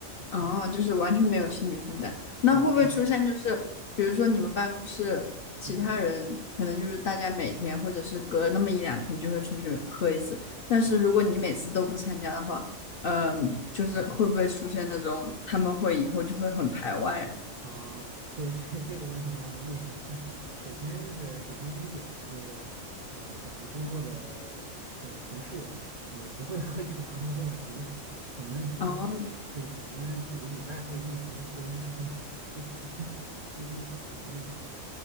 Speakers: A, on the left; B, on the right.
A: 哦，
B: 对
A: 就是完全没有心理负担。
B: 啊啊，
A: 那会不会出现就是，比如说你们办公室其他人可能就是大家每天或者是隔那么一两天就会出去喝一次，
B: 嗯
A: 但是如果你每次都不参加的话，
B: 啊。
A: 嗯，就是会不会出现那种他们会以后就会很排外啊？
B: 啊啊，对这这个问题蛮有意思的 <laughs> 首先就是，首先第一点就是，呃，可能工作的叫同事也不会喝酒 <laughs> 喝的这么频繁，可能一对，
A: 哦，
B: 可能几个礼拜或者一两个月喝一次酒，就就就就挺那个啥的。